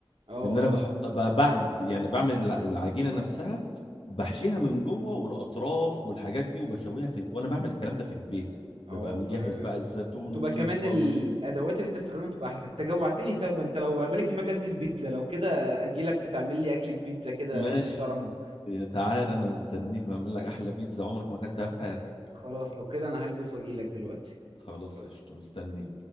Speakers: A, on the right; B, on the left.
A: اه
B: لان
A: اه
B: انا بحط ب- بع... يعني بعمل الع- العجينه نفسها بحشيها من جوه والاطراف والحاجات دي وبسويها في ال... وانا بعمل الكلام ده في البيت ببقى
A: اه
B: مجهز
A: ف
B: بقى الزيتون
A: بتبقى
B: والب...
A: كمان
B: وال
A: الادوات اللي انت بتستخدمها بتبقى احلى انت جوعتني طيب انت لو بالك دي ما كانت البيتزا لو كده اجي لك وتعمل لي اكله بيتزا كده
B: ماشي
A: محترمه
B: يا تعال انا مستنيك وهعمل لك احلى بيتزا عمرك ما اكلتها في حياتك
A: خلاص لو كده انا هلبس واجي لك دلوقتي
B: خلاص
A: خلاص
B: قشطه مستنيك